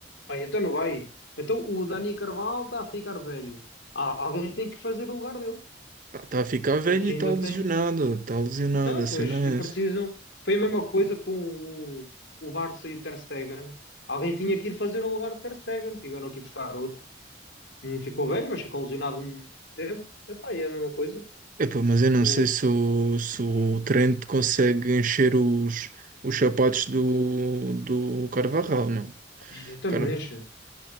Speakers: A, on the left; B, on the right.
A: Ai, então não vai. Então o Dani Carvalho está a ficar velho. Ah, alguém tem que fazer o lugar dele.
B: está a ficar velho
A: Eles
B: e
A: ainda
B: está lesionado,
A: têm.
B: está lesionado,
A: Então,
B: a
A: pois,
B: cena
A: e precisam.
B: é essa.
A: Foi a mesma coisa com o, o Barça e o Ter Stegen. Alguém tinha que ir fazer um lugar de Ter Stegen. Tiveram que ir buscar outro. Não ficou velho, mas ficou lesionado um tempo. Epá, e é a mesma coisa.
B: Epá, mas eu não
A: O...
B: sei se o, se o Trent consegue encher os, os sapatos do, do Carvajal, meu.
A: Então
B: Cara.
A: não enche.